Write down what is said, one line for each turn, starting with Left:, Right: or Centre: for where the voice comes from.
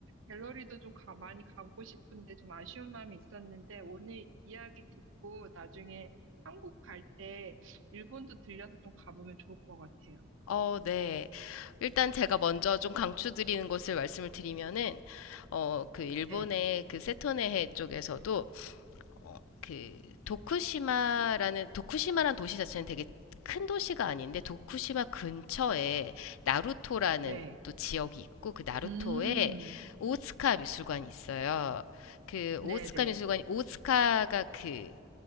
Right: 갤러리도 좀 가, 많이 가보고 싶은데 좀 아쉬운 마음이 있었는데 오늘 이야기 듣고 나중에 한국 갈 때 일본도 들려서 좀 가보면 좋을 것 같아요.
Left: 어, 네. 일단 제가 먼저 좀 강추드리는 것을 말씀을 드리면은, 어, 그 일본의
Right: 네,
Left: 그 세토네해 쪽에서도 어, 그 도쿠시마라는 도쿠시마라는 도시 자체는 되게 큰 도시가 아닌데 도쿠시마 근처에 나루토라는
Right: 네,
Left: 또 지역이 있고 그 나루토에
Right: 음,
Left: 오츠카 미술관이 있어요. 그
Right: 네,
Left: 오츠카
Right: 네.
Left: 미술관이 오츠카가 그